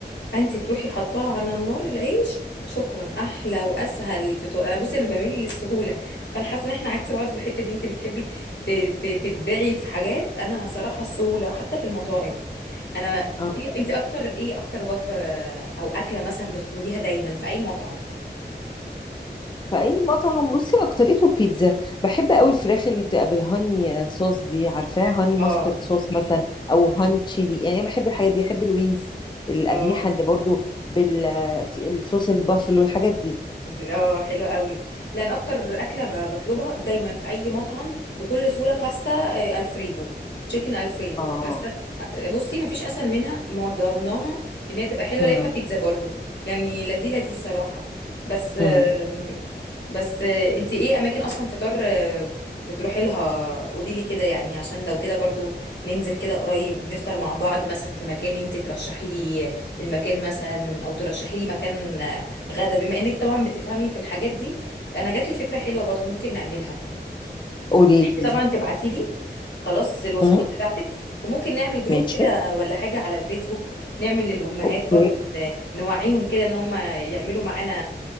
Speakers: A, on the left; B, on the left.
A: فانت تروحي حطاها على النار العيش شكرا احلى واسهل فطار انا بصي انا بميل للسهوله فانا حاسه ان احنا عكس بعض في الحته دي انت بتحبي ت- ت- تبدعي في حاجات انا صراحه السهوله حتى في المطاعم انا
B: اه
A: ايه انت اكتر ايه اكتر وجبه او اكله مثلا بتطلبيها دايما في اي مطعم
B: في اي مطعم بصي اكتريته بيتزا بحب قوي الفراخ اللي بتبقى بالهاني صوص دي عارفاه هاني ماسترد
A: اه
B: صوص مثلا او هاني
A: مم.
B: تشيلي يعني انا بحب الحاجات دي بحب الوينجز الاجنحة
A: اه
B: اللي برضو بال في الصوص البافلو الحاجات دي
A: دي- اه حلو قوي لان اكتر اكله ب- بطلبها دايما في اي مطعم بكل سهوله باستا آه، الفريدو تشيكن الفريدو
B: اه
A: باستا آه، بصي مفيش اسهل منها ما ضمناها ان هي تبقى حلوه
B: امم
A: لا اما بيتزا برضو يعني لا دي لا دي صراحه بس آم،
B: امم
A: بس آه، انتي ايه اماكن اصلا فطار آه، بتروحي لها قولي لي كده يعني عشان لو كده برضو ننزل كده قريب نفطر مع بعض مثلا في مكان انتي ترشحي لي المكان مثلا او ترشحي لي مكان آه، غدا بما انك طبعا بتفهمي في الحاجات دي انا جات لي فكره حلوه برضو ممكن نعملها
B: قولي
A: انت
B: لي
A: طبعا تبعتي لي خلاص الوصفات
B: امم
A: بتاعتك وممكن نعمل جروب
B: ماشي
A: كده ولا حاجه على الفيسبوك نعمل للامهات
B: اوكي
A: برضو ن- نوعيهم كده ان هم يعملوا معانا